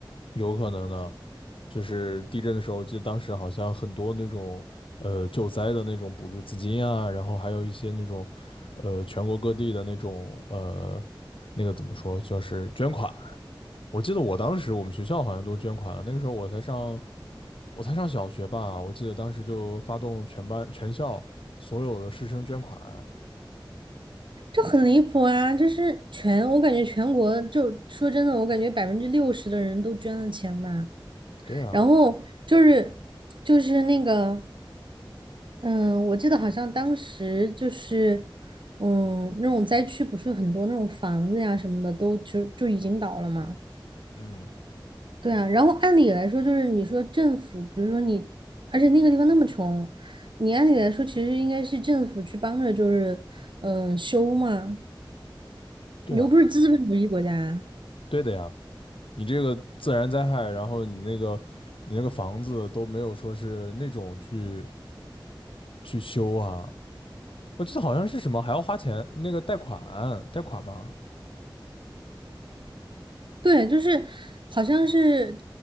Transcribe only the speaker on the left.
有可能呢。就是地震的时候，记得当时好像很多那种呃救灾的那种补助资金啊，然后还有一些那种呃全国各地的那种呃那个怎么说，就是捐款。我记得我当时我们学校好像都捐款了，那个时候我才上我才上小学吧，我记得当时就发动全班全校所有的师生捐款。
对啊，
嗯，
对啊，
对的呀。你这个自然灾害，然后你那个你那个房子都没有说是那种去去修啊。我记得好像是什么还要花钱，那个贷款，贷款吗？